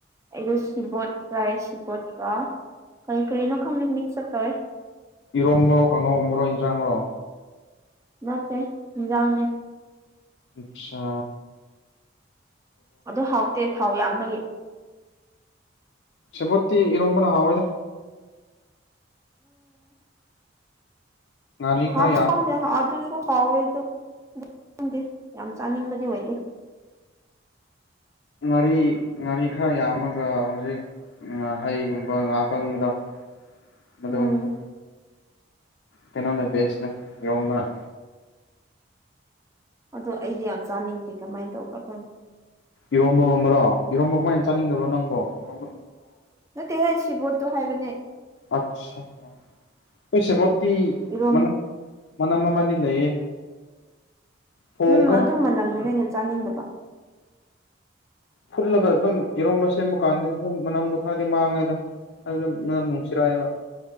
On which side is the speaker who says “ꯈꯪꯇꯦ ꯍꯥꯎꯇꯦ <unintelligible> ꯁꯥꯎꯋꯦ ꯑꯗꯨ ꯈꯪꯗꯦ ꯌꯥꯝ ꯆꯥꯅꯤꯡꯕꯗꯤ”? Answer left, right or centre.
Right